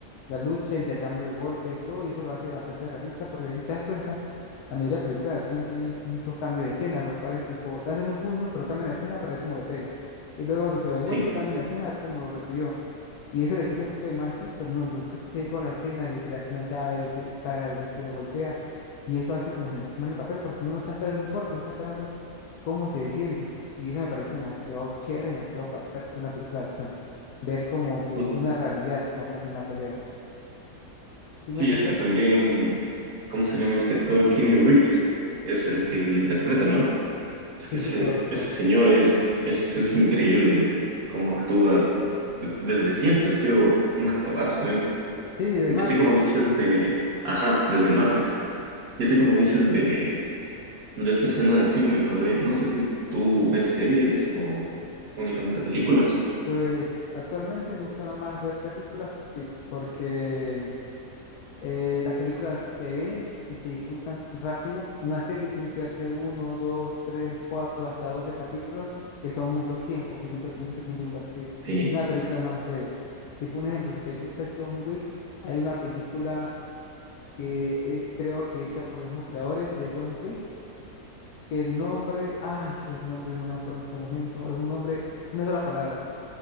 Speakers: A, on the left (about 90°); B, on the right (about 75°).
A: la lucha, intercambio de golpes, todo, y eso lo hace bastante realista, porque si te das cuenta, la mayoría de películas de acción tienen muchos cambios de escena, los cuales tipo lanzan un puño, pero cambian la escena para ver cómo le pega. Y luego cuando se lo devuelve,
B: sí.
A: cambian la escena a ver cómo lo recibió. Y eso le quita un poquito de magia, pero no, yo sé todas las escenas de que le hace una llave, de que dispara, de que lo golpea, y eso hace como sentirse mal el papel, porque uno no está esperando un corto, no está esperando cómo se defiende. Y eso me parece demasiado chévere, demasiado perfecto una película de acción. Ver como que
B: Bu-
A: una realidad, vamos a decir, una pelea. ¿Sí me
B: Sí,
A: va a entender?
B: es que también, ¿cómo se llama este actor? Keanu Reeves es el que lo interpreta, ¿no? Es
A: Sí,
B: que ese,
A: sí, correcto.
B: ese señor es, es, es increíble el, cómo actúa. De- Desde siempre ha sido un actorazo, él.
A: Sí, de
B: Y
A: Matrix.
B: así como dices de, ajá, desde Matrix. Y así como dices de De esta escena de acción me acordé, no sé si tú ves series o únicamente películas.
A: Pues actualmente me gusta más ver películas porque, porque Eh, las películas se ven y se disfrutan rápido. Una serie tiene que verse uno, dos, tres, cuatro, hasta doce capítulos, que son mucho tiempo, que siento que es mucho tiempo invertido.
B: Sí,
A: Una película es más breve. Tipo un ejemplo, si te gusta John Wick, hay una película que es creo que hecha por los mismos creadores de John Wick, que el nombre, ay, el nombre no me acuerdo en este momento, es un nombre, una sola palabra,